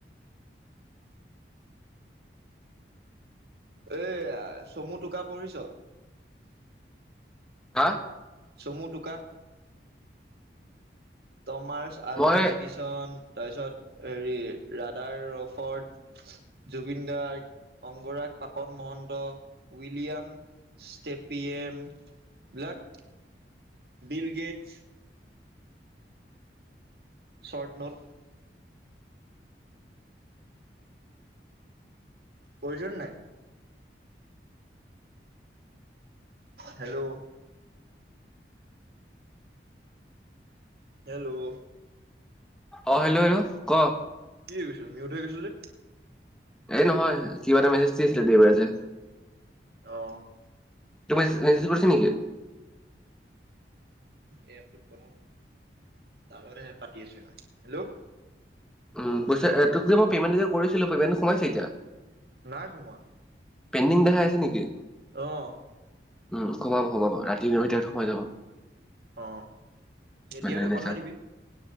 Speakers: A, on the right; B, in the centre.
A: এয়া চমু টোকা পঢ়িছ?
B: হা।
A: চমু টোকা। তমাৰ্চ আলভা
B: মই
A: এডিচন তাৰপিছত হেৰি ৰাধাৰ ৰফৰ্ড, জুবিন গাৰ্গ, অংগৰাগ পাপন মহন্ত, উইলিয়াম ষ্টেপিয়েম বিলাক বিল গেটছ। Short note. প্ৰয়োজন নাই। হেল্ল' হেল্ল'
B: অ হেল্ল' হেল্ল' ক?
A: কি কৈছিলি? মিউট হৈ গৈছিল যে।
B: এই নহয় কিবা এটা মেছেজ দিছিলে দেওবাৰ যে
A: অ
B: তুমি মেছেজ কৰি থৈছে নেকি?
A: এ এপটোত কথা পাতো তাৰতে পাতি আছো মই হেল্ল'
B: উম পইছা তোক যে মই পেমেণ্ট এ কৰিছিলো পেমেণ্টটো সোমাইছে এতিয়া।
A: নাই সোমোৱা।
B: পেণ্ডিং দেখাই আছে নেকি?
A: আহ।
B: উম সোমাব সোমাব ৰাতি নশটাত সোমাই যাব।
A: অ এতিয়াতো
B: মানে এনেকা
A: পঠাই দিবি।